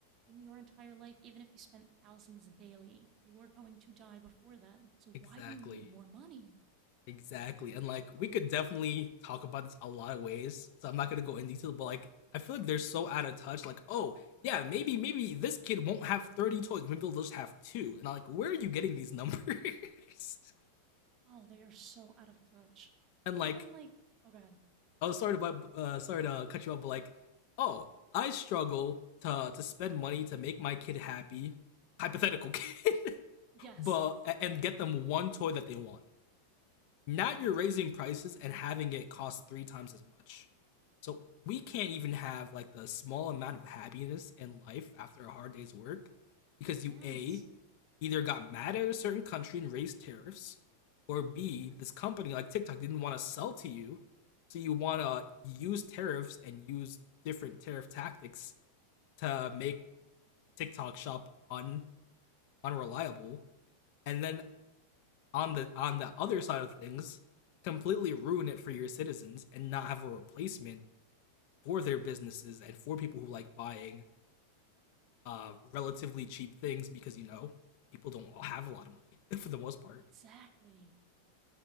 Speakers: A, on the right; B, on the left.
A: in your entire life, even if you spent thousands daily. You are going to die before then. So, why
B: exactly,
A: do you need more money?
B: exactly. And like we could definitely talk about this a lot of ways, so I'm not gonna go in detail. But like I feel like they're so out of touch. Like oh yeah, maybe maybe this kid won't have 30 toys. Maybe they'll just have two. And I'm like, where are you getting these numbers? <laughs>
A: Oh, they are so out of touch.
B: and like
A: Even like, oh God.
B: I was sorry to uh, sorry to cut you off, but like oh I struggle to to spend money to make my kid happy. Hypothetical kid. <laughs>
A: Yes.
B: but and get them one toy that they wanted. Now you're raising prices and having it cost three times as much. So we can't even have like the small amount of happiness in life after a hard day's work because
A: Yes.
B: you a either got mad at a certain country and raised tariffs, or b this company like TikTok didn't want to sell to you, so you want to use tariffs and use different tariff tactics to make TikTok shop un unreliable. And then on the on the other side of things completely ruin it for your citizens and not have a replacement for their businesses and for people who like buying uh relatively cheap things because you know people don't have a lot of money <laughs> for the most part
A: Exactly.